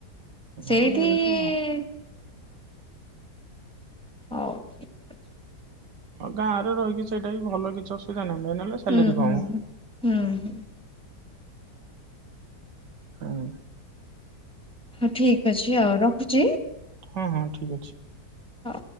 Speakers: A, in the centre; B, on the right.
A: ସେଇକ
B: ହୁଁ ଏମିତି
A: <unintelligible>
B: ଆଉ।
A: ହଉ ଠିକ ଅଛି।
B: ହଁ, ଗାଁରେ ରହିକି ସେଇଟା ବିି ଭଲ କିଛି ଅସୁବିଧା ନାହିଁ। ମେନ ହେଲେ ସାଲାରୀ
A: ହୁଁ
B: କମ୍।
A: ହୁଁ। ହୁଁ ହଁ।
B: ହଁ।
A: ହଁ ଠିକ ଅଛି ଆଉ ରଖୁଛି।
B: ହଁ ହଁ ଠିକ ଅଛି।
A: ହଁ।